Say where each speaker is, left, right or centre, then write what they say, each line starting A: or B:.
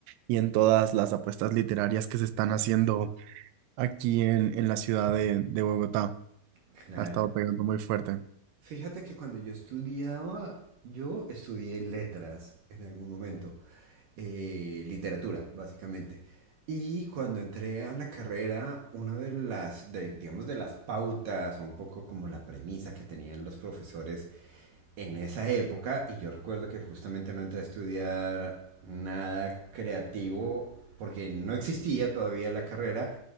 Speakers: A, on the right; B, on the right.
A: y en todas las apuestas literarias que se están haciendo aquí en, en la ciudad de, de Bogotá.
B: Claro.
A: Ha estado pegando muy fuerte.
B: Fíjate que cuando yo estudiaba, yo estudié letras en algún momento, eh, literatura, básicamente. Y cuando entré a la carrera, una de las, de- digamos, de las pautas, o un poco como la premisa que tenían los profesores en esa época, y yo recuerdo que justamente no entré a estudiar nada creativo porque no existía todavía la carrera,